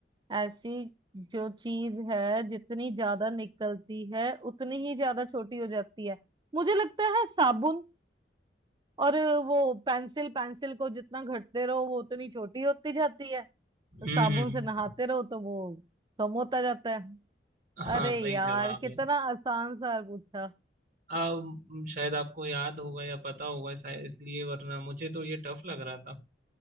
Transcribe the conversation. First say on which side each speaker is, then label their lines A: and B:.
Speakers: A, on the right; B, on the right.
A: ऐसी जो चीज है जितनी ज्यादा निकलती है उतनी ही ज्यादा छोटी हो जाती है मुझे लगता है साबुन और वो पेंसिल पेंसिल को जितना घटते रहो वो उतनी छोटी होती जाती है
B: हम्म
A: साबुन
B: हम्म हम्म।
A: से नहाते रहो तो वो कम होता जाता है
B: हाँ
A: अरे
B: सही
A: यार
B: जवाब
A: कितना
B: है
A: आसान सा पूछा
B: अब शायद आपको याद होगा या पता होगा शायद इसलिए वरना मुझे तो ये टफ लग रहा था